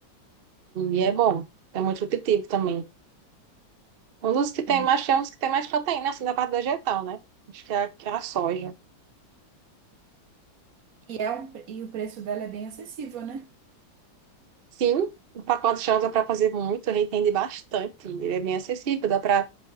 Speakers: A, on the right; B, on the right.
A: E
B: Hum,
A: é bom. É muito nutritivo também. Um dos que tem
B: hum.
A: mais, tem uns que tem mais proteína, assim, da parte vegetal, né? Acho que é, a- que é a soja.
B: E, é um, e o preço dela é bem acessível, né?
A: Sim, o pacote de soja dá pra fazer muito, ele rende bastante. Ele é bem acessível, dá pra